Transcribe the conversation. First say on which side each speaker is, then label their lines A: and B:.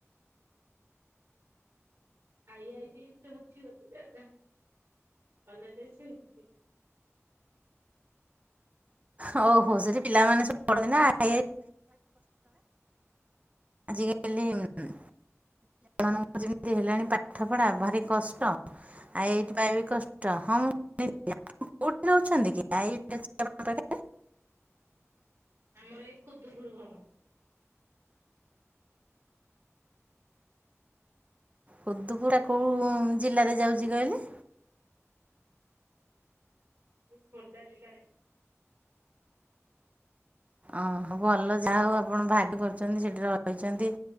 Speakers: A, on the right (about 65°); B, on the right (about 30°).
A: ଆଇଆଇଟି ତ ଅଛି ଗୋଟେ ଜାଗା କଲେଜ ଅଛି।
B: ଓ ହୋ ସେଠି ପିଲାମାନେ ସବୁ ପଢନ୍ତି ନା <unintelligible> ଆଜି କାଲି। <unintelligible> ମୁଁ ଯେମିତି ହେଲାଣି ପାଠ ପଢା ଭାରି କଷ୍ଟ ଆଇ ଆଇ ଟି ପାଇଁ ବି କଷ୍ଟ ହଁ ମୁଁ <unintelligible> କୋଉଠି ରହୁଛନ୍ତି କି <unintelligible>
A: ଆମର ଏଇ ଖୁଦ୍ଦୁପୁର ଘର।
B: ଖୁଡ଼ୁପୁରା ଟା କୋଉ ଜିଲ୍ଲାରେ ଯାଉଛି କହିଲେ?
A: ଏଇ ଖୋର୍ଦ୍ଧା ଜିଲ୍ଲାରେ।
B: ଓହୋ ଭଲ ଯାହା ହଉ ଆପଣ ଭାଗ କରୁଛନ୍ତି ସେଠି ରହିଚନ୍ତି